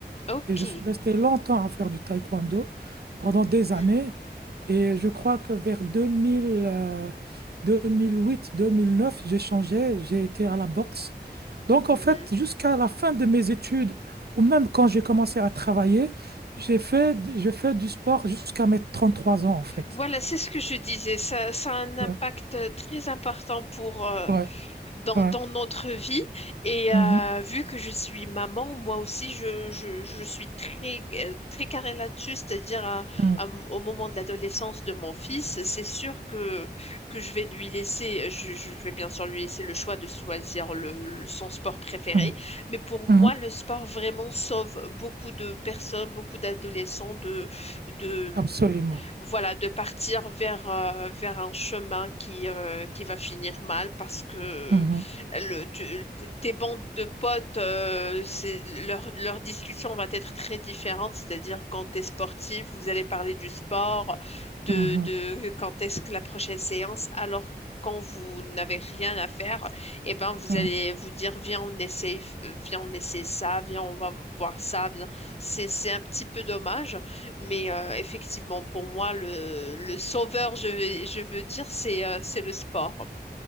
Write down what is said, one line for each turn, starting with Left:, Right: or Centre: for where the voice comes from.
Left: ok.
Right: Et je suis resté longtemps à faire du taekwondo pendant
Left: Mhm.
Right: des années. Et je crois que vers 2000, euh, 2008, 2009, j'ai changé, j'ai été à la boxe. Donc,
Left: Mhm.
Right: en fait, jusqu'à la fin de mes études, ou même quand j'ai commencé à travailler, j'ai fait, j'ai fait du sport jusqu'à mes 33 ans, en fait.
Left: Voilà, c'est ce que je disais. Ça, ça a un impact
Right: Ouais,
Left: euh, très important pour, euh,
Right: ouais.
Left: dans,
Right: ouais.
Left: dans notre vie. Et
Right: Mhm.
Left: euh, vu que je suis maman, moi aussi, je, je, je suis très, euh, très carrée là-dessus, c'est-à-dire euh,
Right: Mhm.
Left: à au moment de l'adolescence de mon fils, c'est sûr que, que je vais lui laisser, je, je vais bien sûr lui laisser le choix de choisir le, le- son sport préféré.
Right: Mhm.
Left: Mais pour moi,
Right: Mhm.
Left: le sport vraiment sauve beaucoup de personnes, beaucoup d'adolescents de, de,
Right: Absolument.
Left: mm, voilà, de partir vers, euh, vers un chemin qui, euh, qui va finir mal parce que
Right: Mhm.
Left: le, tu- tes bandes de potes, euh, c'est, leur, leur discussion va être très différente, c'est-à-dire quand tu es sportif, vous allez parler du sport, de,
Right: Mhm.
Left: de quand est-ce que la prochaine séance, alors quand vous n'avez rien à faire, eh ben vous
Right: Mhm.
Left: allez vous dire, viens, on essaye, euh, viens, on essaie ça, viens, on va boire ça, viens. C'est, c'est un petit peu dommage, mais euh, effectivement, pour moi, le, le sauveur, je, vais- je veux dire, c'est euh, c'est le sport.